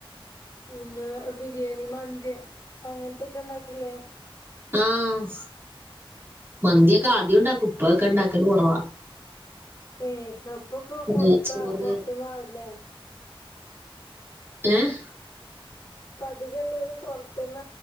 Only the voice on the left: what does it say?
പിന്നെ ബിരിയാണി മന്തി അങ്ങനത്തൊക്കെ ഇണ്ടാക്കില്ലേ
ഉം
ഏയ് ഇപ്പൊക്കെ പൊർത്ത
പൊർത്ത്ന്നാവുല്ലേ
ഇപ്പ അധിക എല്ലാരും പോർത്ത്ന്ന